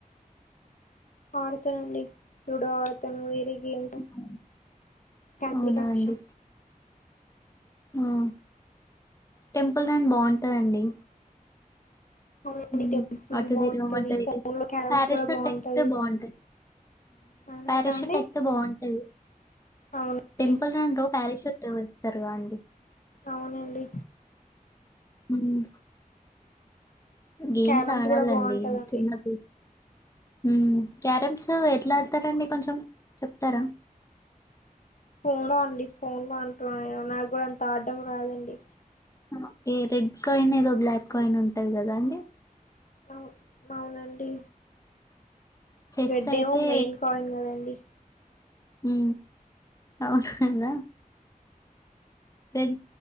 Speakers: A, on the left; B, on the left.
A: ఆడతానుండి లుడో ఆడతను వేరే వియాంక
B: హ్మ్.
A: క్యాండీక్రాషా
B: అవునా అండి? ఆ టెం పుల్ రన్ బాగుంటాదండి
A: అవునండి
B: ఊమ్
A: టెంపుల్
B: అటు
A: బాగుంటది
B: తిరగమంటంది
A: ఫోన్
B: ఇటు
A: లో క్యారమ్స్
B: పారాషూట్
A: కూడా బాగుంటది
B: అయితే బాగుంటంది
A: అవునంటా
B: పారాషూట్
A: అండి
B: ఎక్తే బాగుంటది
A: అవునండి
B: టెంపల్ రాన్ రో ప్యారషూట్ విళ్తరుగా అండి
A: అవునండి
B: ఊమ్ గేమ్స్
A: క్యారమ్స్
B: ఆడాలండి
A: కూడా బాగుంటదండి
B: చిన్నప్పు ఊమ్ క్యారమ్స్ ఎట్లా ఆడతారండి కొంచెం చెప్తారా
A: ఫోనొ అండి ఫోన్ లో అంటున్న నేను నాకూడా అంత ఆడ్డం రాదండి
B: ఓకే రెడ్ కాయిన్ ఏదో బ్లాక్ కాయిన్ ఉంటది గదా అండి
A: అవును అవునండి
B: చెస్
A: రెడ్
B: అయితే
A: ఏమో మెయిన్ కాయిన్ కదండి
B: ఉ అవును కదా రెడ్